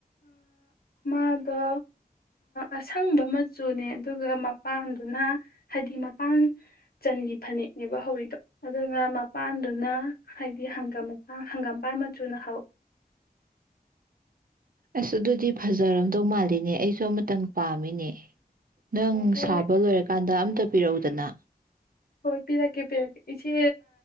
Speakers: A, on the left; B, on the right.
A: ꯃꯥꯗꯣ ꯑꯁꯪꯕ ꯃꯆꯨꯅꯦ ꯑꯗꯨꯒ ꯃꯄꯥꯟꯗꯨꯅ ꯍꯥꯏꯗꯤ ꯃꯄꯥꯟ ꯆꯟꯒꯤ ꯐꯅꯦꯛꯅꯦꯕ ꯍꯧꯔꯤꯗꯣ ꯑꯗꯨꯒ ꯃꯄꯥꯟꯗꯨꯅ ꯍꯥꯏꯗꯤ ꯍꯪꯒꯥꯝ ꯃꯄ ꯍꯪꯒꯥꯝꯄꯥꯥꯟ ꯃꯆꯨꯅ ꯍꯧꯋ
B: ꯑꯁ ꯑꯗꯨꯗꯤ ꯐꯖꯔꯝꯗꯧ ꯃꯥꯜꯂꯤꯅꯦ ꯑꯩꯁꯨ ꯑꯃꯇꯪ ꯄꯥꯝꯃꯤꯅꯦ ꯅꯪ
A: ꯍꯣꯏ
B: ꯁꯥꯕ ꯂꯣꯏꯔꯀꯥꯟꯗ ꯑꯝꯇ ꯄꯤꯔꯛꯎꯗꯅ
A: ꯍꯣꯏ ꯄꯤꯔꯛꯀꯦ ꯄꯤꯔꯛꯀꯦ ꯏꯆꯦ